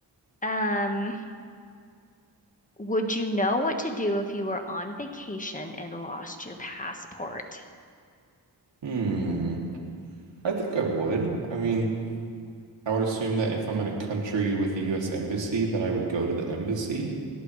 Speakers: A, on the left; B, on the right.
A: Um, would you know what to do if you were on vacation and lost your passport?
B: Hmm. I think I would. I mean, I would assume that if I'm in a country with a US embassy, that I would go to the embassy.